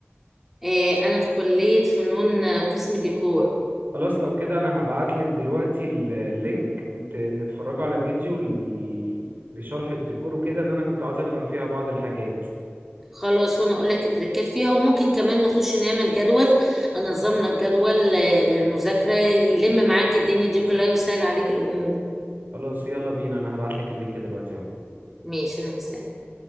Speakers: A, in the centre; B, on the right.
A: آه، انا في كلية فنون آه، قسم ديكور
B: خلاص لو كده انا هبعتلك دلوقتي ال- اللينك ت- نتفرجوا على فيديو ل- لشرح الديكور وكده ان انا كنت عاوز افهم فيها بعض الحاجات
A: خلاص وانا اقول لك التركات فيها وممكن كمان نخش نعمل جدول انظم لك جدول آه، للمذاكرة يلم معاك الدنيا دي كلها ويسهل عليك الامور
B: خلاص يلا بينا انا هبعتلك اللينك دلوقتي اهو
A: ماشي انا مستني